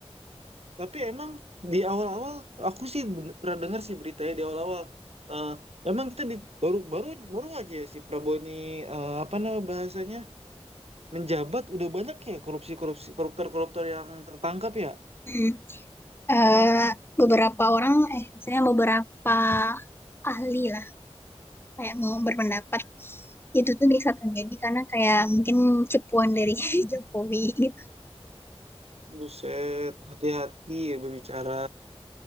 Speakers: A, on the right; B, on the left.
A: tapi emang di awal-awal aku sih ben- pernah dengar sih beritanya di awal-awal Eh, emang kita di baru baru baru aja si Prabowo ini eh, apa nama bahasanya menjabat udah banyak ya korupsi-korupsi koruptor-koruptor yang tertangkap ya
B: Mm. Eh, beberapa orang, eh, misalnya beberapa ahli lah, kayak mau berpendapat, itu tuh bisa terjadi karena kayak mungkin cepuan dari <laughs> Jokowi gitu.
A: Buset, hati-hati ya berbicara.